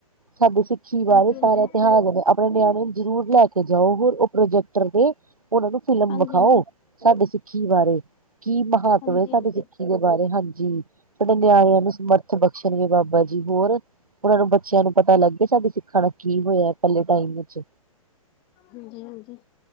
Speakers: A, on the right; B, on the left.
A: ਸਾਡੇ ਸਿੱਖੀ ਬਾਰੇ
B: ਹਾਂਜੀ
A: ਸਾਰੇ
B: ਹਾਂਜੀ
A: ਤਿਉਹਾਰਾਂ ਆਪਣੇ ਨਿਆਣੇ ਨੂੰ ਜ਼ਰੂਰ ਲੈ ਕੇ ਜਾਓ ਹੋਰ ਉਹ ਪ੍ਰੋਜੈਕਟਰ ਤੇ ਉਹਨਾਂ ਨੂੰ ਫ਼ਿਲਮ
B: ਹਾਂਜੀ
A: ਵਿਖਾਓ ਸਾਡੇ ਸਿੱਖੀ ਬਾਰੇ ਕੀ ਮਹੱਤਵ
B: ਹਾਂਜੀ
A: ਹੈ ਸਾਡੀ
B: ਹਾਂਜੀ ਹਾਂਜੀ
A: ਸਿੱਖੀ
B: ਹਾਂਜੀ
A: ਦੇ ਬਾਰੇ ਹਾਂਜੀ ਸਾਡੇ ਨਿਆਣਿਆਂ ਨੂੰ ਸਮਰਥ ਬਖਸ਼ਣਗੇ ਬਾਬਾ ਜੀ ਹੋਰ ਉਹਨਾਂ ਨੂੰ ਬੱਚਿਆਂ ਨੂੰ ਪਤਾ ਲੱਗਗੇਏ ਸਾਡੇ ਸਿੱਖਣਾ ਕੀ ਹੋਇਆ ਪਹਿਲੇ ਟਾਈਮ ਵਿੱਚ
B: ਹਾਂਜੀ-ਹਾਂਜੀ।